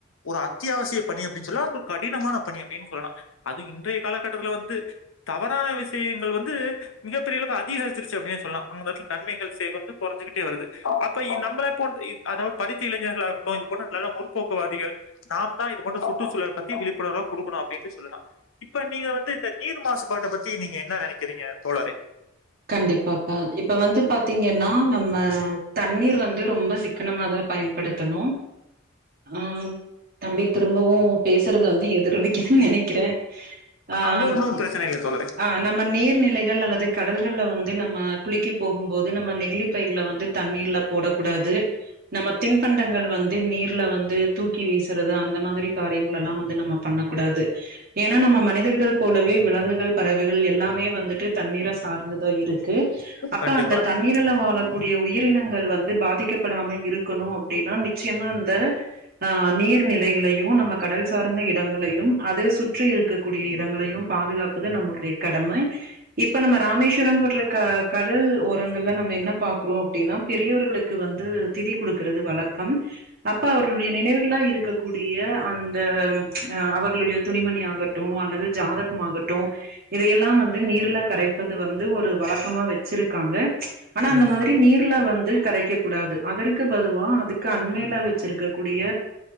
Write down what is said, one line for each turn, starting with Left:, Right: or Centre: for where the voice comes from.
Left: ஒரு அத்தியாவசிய பணி அப்படின்னு சொல்ல அது ஒரு கடினமான பணி அப்படின்னு சொல்லலாம் அதுவும் இன்றைய காலகட்டத்துல வந்து தவறான விஷயங்கள் வந்து மிகப்பெரியளவுக்கு அதிகரிச்சிருச்சு அப்படின் சொல்லலாம் அங்கல நன்மைகள் சேவை வந்து குறைஞ்சகிட்டே வருது அப்ப நம்மளே போ அத படித்த இளைஞர்கள் ஆகட்டும் இது போன்ற நல்ல முற்போக்குவாதிகள் நாம தான் இது போன்ற சுற்றுச்சூழல்லை பத்தி விழிப்புணர்வு கொடுக்கணும் அ மே பீ சொல்லலாம் இப்ப நீங்க வந்து இந்த நீர் மாசுபாட்டை பத்தி நீங்க என்ன நினைக்கிறீங்க தோழரே
Right: கண்டிப்பாப்பா இப்ப வந்து பாத்தீங்கன்னா நம்ம தண்ணீர் வந்து ரொம்ப சிக்கனமாதா பயன்படுத்தணு ஆஹ் தம்பி திரும்பவு பேசுறது வந்து எதிரொலிக்குது நினைக்கிறேன் ஆஹ்
Left: அது ஒன்னும் பிரச்சனை இல்ல தோழரே
Right: ஆஹ் நம்ம நீர்நிலைகள் அல்லது கட கடல்கள் வந்து நம்ம குளிக்க போகும் போது நம்ம நெகிழிப்பைகளை வந்து தண்ணீர்ல போடக்கூடாது நம்ம தின்பண்டங்கள் வந்து நீர்ல வந்து தூக்கி வீசறது அந்த மாதிரி காட்ட விடயங்கள் எல்லா வந்து நம்ம பண்ணக்கூடாது ஏன்னா நம்ம மனிதர்கள் போலவே விலங்குகள் பறவைகள் எல்லாமே வந்துட்டு தண்ணீர சார்ந்துதா இருக்கு அப்ப
Left: கண்டிப்பா
Right: அந்த தண்ணீரல
Left: ம்,
Right: வாழக்கூடிய உயிரினங்கள் வந்து பாதிக்கப்படாம இருக்கணு அப்படின்னா நிச்சயமா அந்த ஆஹ் நீர்நிலை ளையு நம்ம கடல் சார்ந்த இடங்களையும் அத சுற்றி இருக்கக்கூடிய இடங்களையும் பாதுகாப்பது நம்மளுடைய கடமை இப்ப நம்ம மேஸ்வரம் போன்ற க கடல் ஓரங்கள்ல நம்ம என்ன பாக்கோ அப்டின்னா பெரியவர்களுக்கு வந்து திதி குடுக்கிறது வழக்கம் அப்ப அவர்களுடைய நினைவுகளா இருக்கக்கூடிய அந்த த அவர் ளுடைய துணிமணி ஆகட்டம் அல்லது ஜாதகம்மாகட்டும் இதையெல்லா வந்து நீர்ல கரை தது வந்து ஒரு வழக்கமா வச்சிருக்காங்க ஆனா அந்த
Left: ம், ம்,
Right: மாதிரி நீர்ல வந்து கரைக்க கூடாது அதற்கு பதுவா அதுக்கு அண்மைய வச்சிருக்கக்கூடிய